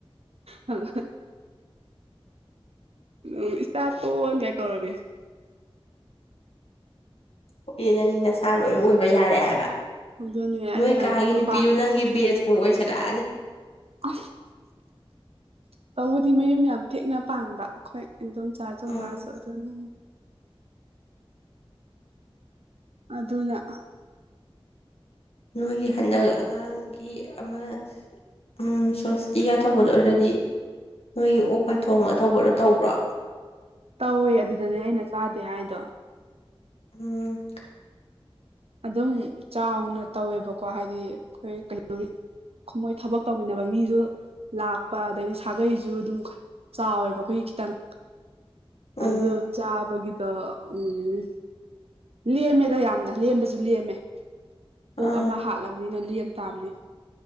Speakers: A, on the right (about 80°); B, on the left (about 75°).
A: ꯑ ꯎ ꯏꯁꯇꯥ ꯇꯣꯛꯟ ꯀꯥꯏ ꯀꯧꯔꯃꯤ
B: ꯑꯣ ꯑꯦ ꯅꯪꯅꯤ ꯅꯁꯥ ꯂꯣꯏ ꯑꯣꯏꯕ ꯌꯥꯔꯦ ꯍꯥꯏꯕ
A: ꯑꯗꯨꯅꯦ
B: ꯅꯣꯏ
A: ꯑꯩꯅꯒ
B: ꯀꯥꯒꯤ
A: ꯌꯨꯝꯒ
B: ꯅꯨꯄꯤꯗꯨ ꯅꯪꯒꯤ ꯕꯦꯁꯄꯨ ꯑꯣꯏꯁꯜꯂꯛꯑꯅꯤ
A: ꯑ ꯇꯧꯕꯗꯤ ꯃꯌꯨꯝ ꯌꯥꯝ ꯊꯦꯛꯅ ꯄꯥꯟꯕ ꯑꯩꯈꯣꯏ ꯏꯗꯣꯝ ꯆꯥꯖꯒꯥꯁꯨ
B: ꯎꯝ
A: ꯑꯗꯨꯅ ꯑꯗꯨꯅ
B: ꯅꯣꯏꯒꯤ ꯍꯟꯗꯛ ꯑꯉꯥꯡꯒꯤ ꯑꯃ ꯎꯝ ꯁꯁꯇꯤꯒ ꯊꯧꯕꯗ ꯑꯣꯏꯔꯗꯤ ꯅꯣꯏꯒꯤ ꯑꯣꯒ ꯊꯣꯡꯒ ꯇꯧꯕꯗꯣ ꯇꯧꯕ꯭ꯔꯥ
A: ꯇꯧꯋꯦ ꯑꯗꯨꯗꯅꯦ ꯑꯩꯅ ꯆꯥꯗꯦ ꯍꯥꯏꯗꯣ
B: ꯎꯝ
A: ꯑꯗꯨꯝ ꯆꯥꯎꯅ ꯇꯧꯋꯦꯕꯀꯣ ꯍꯥꯏꯗꯤ ꯑꯩꯈꯣꯏ ꯀꯩꯅꯒꯤ ꯃꯣꯏ ꯊꯕꯛ ꯇꯧꯃꯤꯟꯅꯕ ꯃꯤꯁꯨ ꯂꯥꯛꯄ ꯑꯗꯗꯒꯤ ꯁꯥꯒꯩꯁꯨ ꯑꯗꯨꯝ ꯆꯥꯎꯋꯦꯕ ꯑꯩꯈꯣꯏꯒꯤ ꯈꯤꯇꯪ
B: ꯎꯝ
A: ꯑꯗꯨ ꯆꯥꯕꯒꯤꯗꯣ ꯎꯝ ꯂꯦꯝꯃꯦꯗ ꯌꯥꯝꯅ ꯂꯦꯝꯕꯁꯨ ꯂꯦꯝꯃꯦ ꯑꯣꯛ
B: ꯑꯥ
A: ꯑꯃ ꯍꯥꯠꯂꯝꯕꯅꯤꯅ ꯂꯦꯝ ꯇꯥꯕꯅꯤ